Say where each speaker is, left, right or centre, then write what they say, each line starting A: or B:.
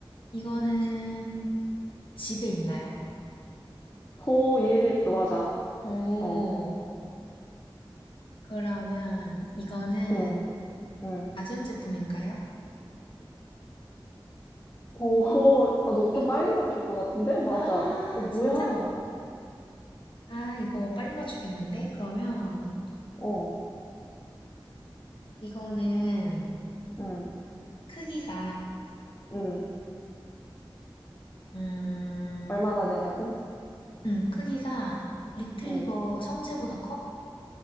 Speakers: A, on the left; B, on the left.
A: 이거는 집에 있나요?
B: 오, 예리했어. 맞아.
A: 오,
B: 어.
A: 그러면 이거는
B: 음. 음.
A: 가전제품인가요?
B: 어, <laughs> 아, 너
A: 어?
B: 좀 빨리 맞출 것 같은데? 맞아.
A: 아,
B: 어, 뭐야.
A: 진짜?
B: 어,
A: 아, 이거 빨리 맞추겠는데? 그러면
B: 어,
A: 이거는
B: 응,
A: 크기가
B: 응.
A: 음,
B: 얼마나 되냐고?
A: 음, 크기가 리트리버
B: 응.
A: 성체보다 커?